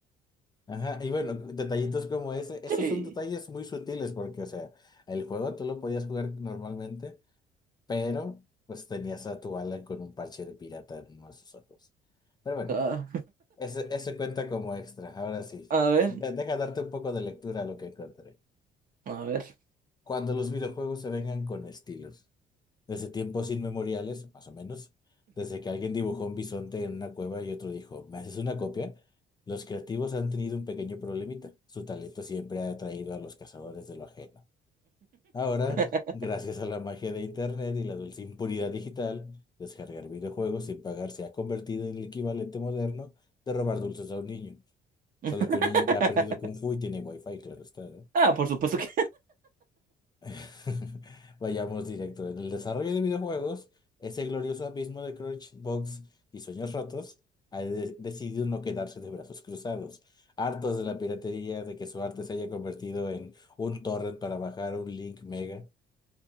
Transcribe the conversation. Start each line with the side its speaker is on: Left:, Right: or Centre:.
Left: Ajá, y bueno, detallitos como ese, esos
Right: Sí.
Left: son detalles muy sutiles porque, o sea, el juego tú lo podías jugar normalmente, pero pues tenías a tu Alan con un parche de pirata en uno de sus ojos. Pero bueno,
Right: Ah,
Left: ese, ese cuenta como extra, ahora sí.
Right: <laughs> a ver,
Left: De- Deja darte un poco de lectura a lo que encontré.
Right: a ver.
Left: Cuando los videojuegos se vengan con estilos, desde tiempos inmemoriales, más o menos, desde que alguien dibujó un bisonte en una cueva y otro dijo, ¿me haces una copia? Los creativos han tenido un pequeño problemita. Su talento siempre ha atraído a los cazadores de lo ajeno. Ahora,
Right: <laughs>
Left: gracias a la magia de Internet y la dulce impunidad digital, descargar videojuegos sin pagar se ha convertido en el equivalente moderno de robar dulces a un niño.
Right: <laughs>
Left: Solo que un niño que ha aprendido Kung Fu y tiene Wi-Fi, claro está, ¿no?
Right: Ah, por supuesto que.
Left: <laughs> Vayamos directo. En el desarrollo de videojuegos, ese glorioso abismo de Crunchbox y Sueños Rotos ha de- decidido no quedarse de brazos cruzados. Hartos de la piratería, de que su arte se haya convertido en un torrent para bajar un link mega,